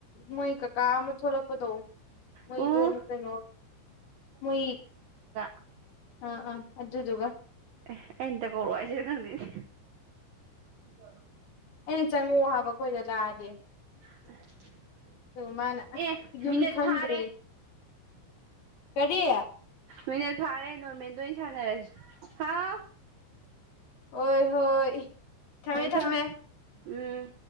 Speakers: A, on the left; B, on the right.
A: ꯃꯣꯏ ꯀꯀꯥ ꯑꯃ ꯊꯣꯛꯂꯛꯄꯗꯣ ꯃꯣꯏ
B: ꯎ
A: ꯗ ꯀꯩꯅꯣ ꯃꯣꯏ
B: ꯎ
A: ꯑꯥ ꯑꯥ ꯑꯗꯨꯖꯗꯨꯒ
B: ꯑꯦ ꯑꯩꯅꯇ ꯀꯧꯔꯛꯑꯣ ꯍꯥꯏꯁꯤꯦ ꯈꯪꯗꯦꯅꯦꯦ ꯏ ꯁ
A: ꯑꯩꯅ ꯆꯪꯉꯛꯑꯣ ꯍꯥꯏꯕꯈꯣꯏꯗ ꯂꯥꯛꯑꯗꯤ
B: <unintelligible>
A: ꯑ ꯃꯥꯅ
B: ꯑꯦ
A: ꯌꯨꯝ
B: ꯃꯤꯅꯠ
A: ꯈꯪꯗ꯭ꯔꯤ
B: ꯐꯥꯔꯦ
A: ꯀꯔꯤ
B: ꯃꯤꯅꯠ ꯐꯥꯔꯦ ꯅꯣꯔꯃꯦꯜꯗ ꯑꯣꯏꯅ ꯁꯥꯟꯅꯔꯁꯤꯥꯎ
A: ꯍꯣꯏ ꯍꯣꯏ ꯊꯝꯃꯦ
B: ꯊꯥꯎ
A: ꯊꯝꯃꯦ
B: ꯊꯥꯎ ꯎꯝ